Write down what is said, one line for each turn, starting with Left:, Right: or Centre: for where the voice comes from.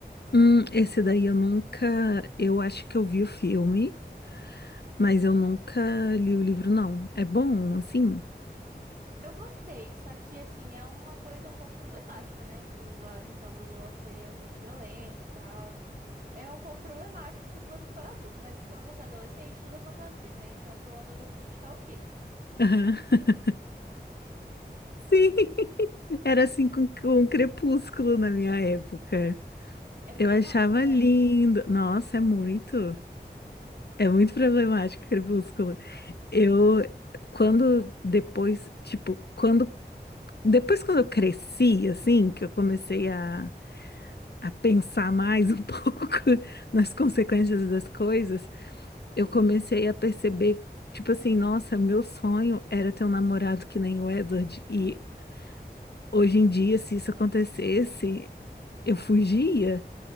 Left: Hum, esse daí eu nunca, eu acho que eu vi o filme. Mas eu nunca li o livro, não. É bom, assim?
Right: Eu gostei, só que assim, é uma coisa um pouco problemática, né? Tipo, a questão do você é um pouco violento e tal. É um pouco problemático se você for adulto, mas quando você é adolescente, tudo é fantasia, né? Então, para um adolescente tá ok.
Left: Aham. <laughs> Sim, era assim com, com um Crepúsculo na minha época.
Right: É problemático,
Left: Eu achava
Right: não
Left: lindo.
Right: é?
Left: Nossa, é muito. É muito problemático Crepúsculo. Eu, quando depois, tipo, quando. Depois, quando eu cresci, assim, que eu comecei a, a pensar mais um <laughs> pouco nas consequências das coisas, eu comecei a perceber, tipo assim, nossa, meu sonho era ter um namorado que nem o Edward. E hoje em dia, se isso acontecesse, eu fugia,